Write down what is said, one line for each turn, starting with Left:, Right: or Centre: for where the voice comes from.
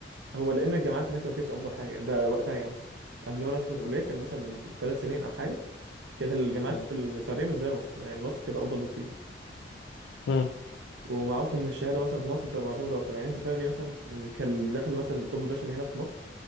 Right: هو لان الجامعات هناك ما كانتش افضل حاجه ده وقتها يعني قبل ما انا ادخل
Left: مم.
Right: الكليه كان مثلا من ثلاث سنين او حاجه كانت الجامعات
Left: مم.
Right: في السعوديه مش زي مصر يعني مصر كانت افضل بكتير
Left: مم.
Right: ومعروف ان الشهاده مثلا في مصر بتبقى معتمده اكتر يعني انت فاهمني مثلا كان اللي داخل مثلا طب بشري هنا في مصر